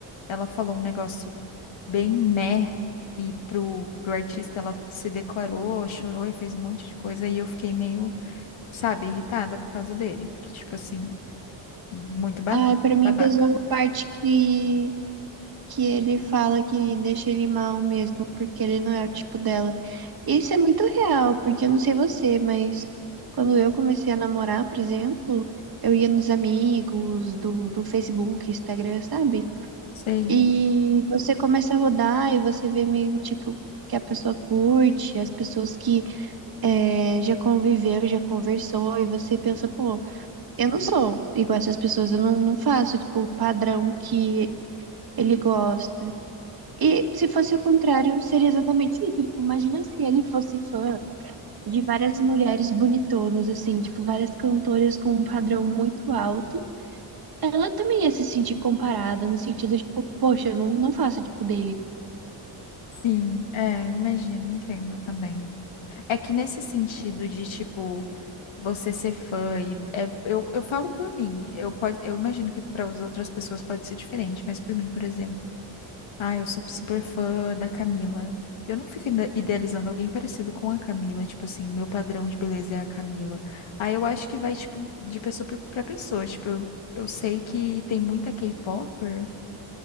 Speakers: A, on the left; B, on the right.
A: ela falou um negócio bem meh, e pro, pro artista ela se declarou, chorou e fez um monte de coisa, e eu fiquei meio, sabe, irritada por causa dele, porque, tipo assim, muito ba-
B: Ai, pra
A: babaca.
B: mim pesou a parte que, que ele fala que deixa ele mal mesmo, porque ele não é o tipo dela. Isso é muito real, porque eu não sei você, mas quando eu comecei a namorar, por exemplo, eu ia nos amigos do, do Facebook, Instagram, sabe?
A: Sei.
B: E você começa a rodar e você vê meio tipo que a pessoa curte, as pessoas que eh, já conviveu, já conversou, e você pensa, pô, eu não sou igual essas pessoas, eu não, não faço, tipo, o padrão que ele gosta. E se fosse o contrário, seria exatamente isso. Tipo, imagina se ele fosse fã de várias mulheres bonitonas, assim, tipo, várias cantoras com um padrão muito alto, ela também ia se sentir comparada, no sentido, tipo, poxa, eu não, não faço tipo dele.
A: Sim, é, eu imagino, entendo também. É que nesse sentido de, tipo, você ser fã, e é, eu, eu falo por mim, eu, pode, eu imagino que para as outras pessoas pode ser diferente, mas por mim, por exemplo. Ah, eu sou super fã da Camila. Eu não fico ide- idealizando alguém parecido com a Camila, tipo assim, meu padrão de beleza é a Camila. Aí eu acho que vai, tipo, de pessoa por- pra pessoa. Tipo, eu, eu sei que tem muita K-popper,